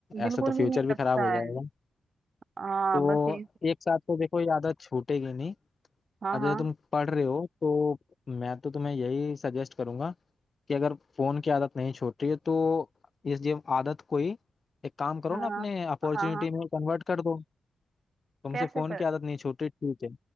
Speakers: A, on the right; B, on the left.
A: बिल्कुल
B: ऐसे तो फ्यूचर
A: भी नहीं
B: भी
A: लगता
B: खराब हो जाएगा
A: है हाँ
B: तो
A: बस यही
B: एक साथ तो देखो ये आदत छूटेगी नहीं
A: हाँ
B: आज
A: हाँ
B: जैसे तुम पढ़ रहे हो तो मैं तो तुम्हें यही सजेस्ट करूंगा कि अगर फोन की आदत नहीं छोड़ रही है तो इस ये आदत को ही एक काम करो
A: हाँ
B: ना अपने अपॉर्चुनिटी
A: हाँ हाँ
B: में कन्वर्ट कर दो तुमसे
A: कैसे
B: फोन
A: कर
B: की आदत नहीं छूट रही ठीक है